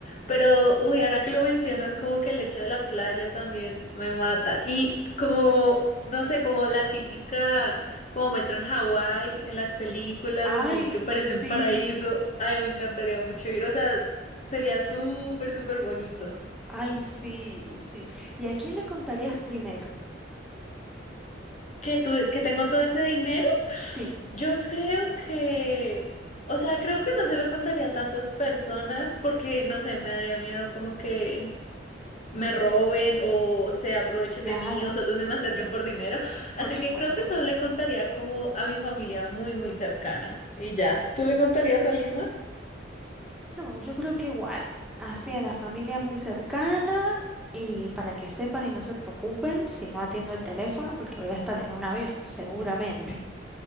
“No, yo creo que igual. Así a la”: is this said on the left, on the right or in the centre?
Centre